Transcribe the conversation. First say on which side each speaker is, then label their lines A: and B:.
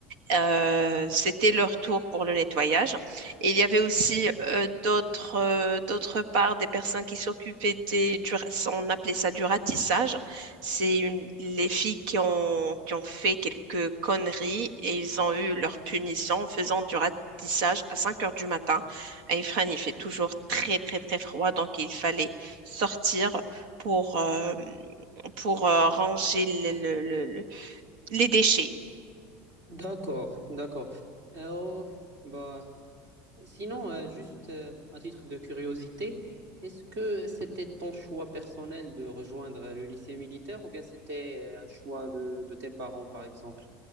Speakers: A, on the right; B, on the right.
A: Euh, c'était leur tour pour le nettoyage. Et il y avait aussi euh, d'autres, euh, d'autre part des personnes qui s'occupaient des, du, on appelait ça du ratissage. C'est une, les filles qui ont, qui ont fait quelques conneries et ils ont eu leur punition en faisant du ratissage à 5 heures du matin. À Ifrane, il fait toujours très, très, très froid, donc il fallait sortir pour, euh, pour euh, ranger le- le- le- le- les déchets.
B: D'accord, d'accord. Euh, oh, bah, sinon, euh, juste euh, à titre de curiosité, est-ce que c'était ton choix personnel de rejoindre le lycée militaire ou bien c'était euh, un choix de, de tes parents, par exemple?